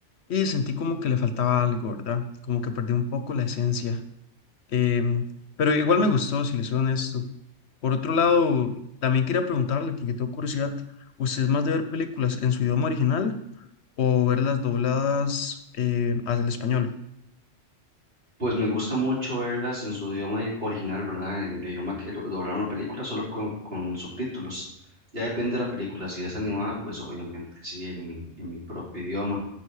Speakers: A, on the left; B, on the right.
A: y sentí como que le faltaba algo, ¿verdad? Como que perdí un poco la esencia. Em, pero igual me gustó, si les soy honesto. Por otro lado, también quería preguntarle, porque tengo curiosidad, ¿usted es más de ver películas en su idioma original o verlas dobladas eh, al español?
B: Pues me gusta mucho verlas en su idioma i- original, ¿verdad? En el idioma que lo- doblaron la película, solo con, con subtítulos. Ya depende de la película, si es animada, pues obviamente sí, en mi, en mi propio idioma.